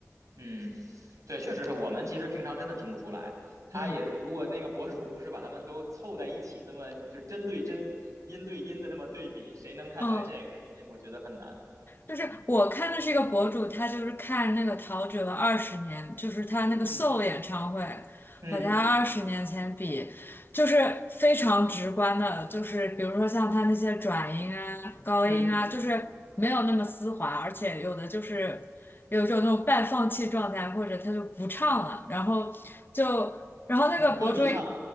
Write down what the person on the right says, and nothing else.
嗯，对，确实是我们其实平常真的听不出来。他也是，
如果那个博主不是把他们都凑在一起，那么就针对针、音对音的那么对比，谁能看出来这个呀？
我觉得很难。
嗯
嗯
嗯
嗯
<laughs> 歌迷唱，